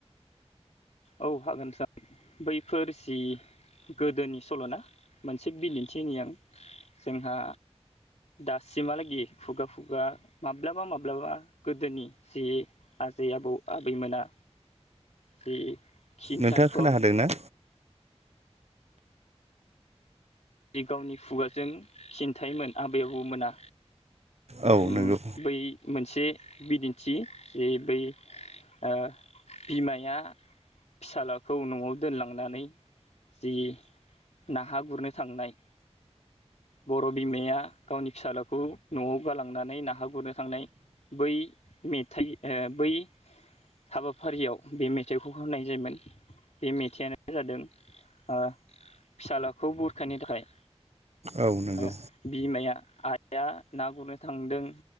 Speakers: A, on the left; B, on the right.
A: औ हागोन सार। बैफोर जि गोदोनि सल'ना, मोनसे बिदिन्थि होनि आं, जोंहा दासिमहालागि खुगा-खुगा माब्लाबा-माब्लाबा गोदोनि जि आजै आबौ-आबैमोना जि खिन्थायखौ
B: नोंथाङा खोनादों ना?
A: जि गावनि खुगाजों खिन्थायोन आबै आबौमोना।
B: औ
A: उम
B: नंगौ
A: बै मोनसे बिदिन्थि जे बै ओ बिमाया फिसालाखौ न'आव दोनलांनानै जि नाहा गुरनो थांनाय बर' बिमाया गावनि फिसालाखौ न'आव गालांनानै नाहा गुरनो थांनाय। बै मेथाइ आ बै हाबाफारियाव बे मेथाइखौ होनाय जायोन। बे मेथाइआनो जादों औ फिसाालाखौ बुरखायनो थाखाय
B: औ नंगौ।
A: ओ बिमाया आइआ ना गुरनो थांदों,